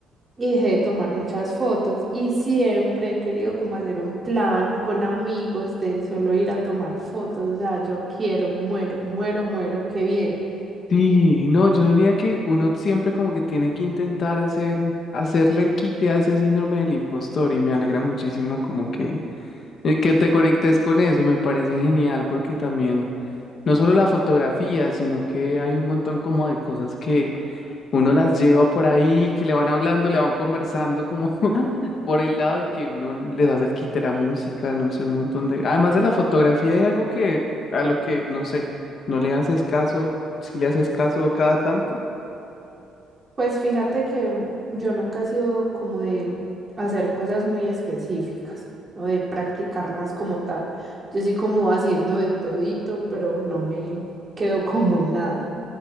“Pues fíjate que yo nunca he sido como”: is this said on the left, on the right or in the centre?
Right